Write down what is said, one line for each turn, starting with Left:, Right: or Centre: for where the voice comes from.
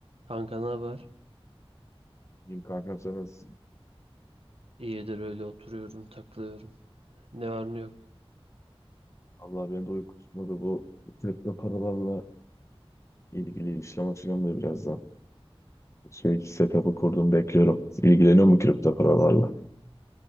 Right: Kanka ne haber?
Left: İyiyim kankam sen nasılsın?
Right: İyidir öyle oturuyorum, takılıyorum. Ne var ne yok.
Left: Allah beni de uyku tutmadı bu kripto paralarla ilgili işlem açacağım da birazdan. Şey setup'ı kurdum bekliyorum. İlgileniyor mu kripto paralarla?